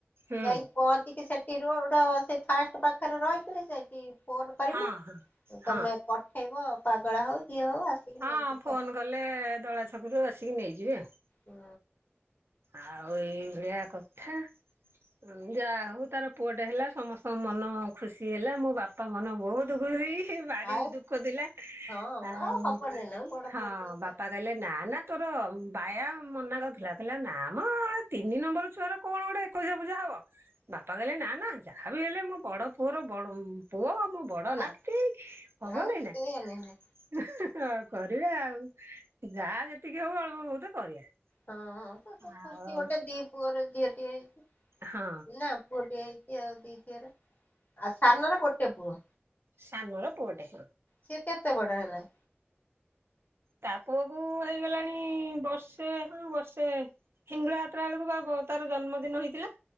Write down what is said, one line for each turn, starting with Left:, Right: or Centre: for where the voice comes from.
Right: ହୁଁ
Left: ଯାଇକି ପହଞ୍ଚିକି ସେ କି ରୋଡ ସେ ଫାଷ୍ଟ ପାଖରେ ରହିଥିଲେ ସେଇଟି ଫୋନ କରିମୁ।
Right: ହଁ ହଁ
Left: ତମେ
Right: ହଁ
Left: ପଠେଇବ ପାଗଳା ହଉ କିଏ ହଉ ଆସିକି
Right: ହଁ
Left: ନେଇଯିବ
Right: ଫୋନ କଲେ ଦଳା ଛକରୁ ଆସିକି ନେଇଯିବେ ଆଉ।
Left: ହୁଁ।
Right: ଆଉ ଏଇ ଭଳିଆ କଥା। ହୁଁ ଯାହା ହଉ ତାର ପୁଅଟେ ହେଲା ସମସ୍ତଙ୍କ ମନ ଖୁସି ହେଲା ମୋ ବାପା ମନ ବହୁତ ଖୁସି। ସେ ଭାରି
Left: ହୁଁ ଆଉ
Right: ଦୁଃଖ ଥିଲା
Left: ହଁ
Right: ଆଉ
Left: ହବନି ନା ବଡ
Right: ହଁ
Left: ପୁଅଟିଏ ତାର।
Right: ବାପା କଇଲେ ନା ନା ତୋର ବାୟା ମନା କରୁଥିଲା। କଇଲା ନାମ ତିନି ନମ୍ବର ଛୁଆର କଣ ଗୋଟେ ଏକୋଉସିଆ ପୂଜା ହବ। ବାପା କହିଲେ ନା ନା ଯାହା ବିି ହେଲେ ମୋ ବଡ଼ ପୁଅର ବଡଉ ପୁଅ ମୋ ବଡ
Left: ଆ
Right: ନାତି ହବ
Left: ଆଉ
Right: ନାଇଁ
Left: ସେଇଆ
Right: ନା।
Left: ନୁହେଁ
Right: ହେଁ ହେଁ କରିବା ଆଉ ଯାହା ଯେତିକି ହୋଉ ଅଳ୍ପ ବହୁତ କରିବା।
Left: ହଁ ତ ସେ
Right: ଆଉ
Left: ଖୁସି ଗୋଟେ ଦି ପୁଅର ଝି଼ଅ ଟିଏ ହେ
Right: ହଁ
Left: ନା ପୁଅ ଟିଏ ହେଇଚି ଆଉ ଦି ଝିଅରେ। ଆଉ ସାନର ଗୋଟେ ପୁଅ,
Right: ସାନର ପୁଅଟେ ହଁ
Left: ସେ କେତେ ବଡ ହେଲା
Right: ତା ପୁଅକୁ ହେଇଗଲାଣି ବର୍ଷେ ହଁ ବର୍ଷେ। ହିଙ୍ଗଳା ଯାତ୍ରା ବେଳକୁ ବା ତାର ଜନ୍ମଦିନ ହେଇଥିଲା।